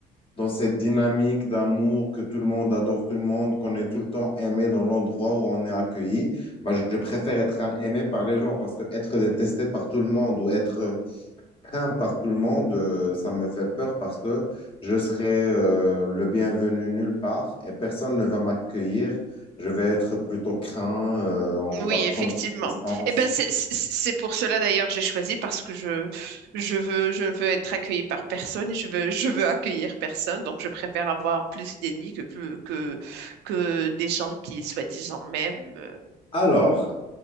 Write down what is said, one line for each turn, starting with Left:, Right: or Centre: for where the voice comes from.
Left: dans cette dynamique d'amour, que tout le monde adore tout le monde, qu'on est tout le temps aimé dans l'endroit où on est accueilli, bah, je préfère être aimé par les gens parce que être détesté par tout le monde ou être craint par tout le monde, euh, ça me fait peur parce que je serai euh, le bienvenu nulle part et personne ne va m'accueillir. Je vais être plutôt craint, euh, on
Right: Oui,
Left: va prendre
Right: effectivement.
Left: distance.
Right: Et ben c'est c'est- c'est pour cela d'ailleurs j'ai choisi parce que je je veux je veux être accueillie par personne et je veux je veux accueillir personne donc je préfère avoir plus d'ennemis que plus que que des gens qui soi-disant m'aiment.
Left: Alors,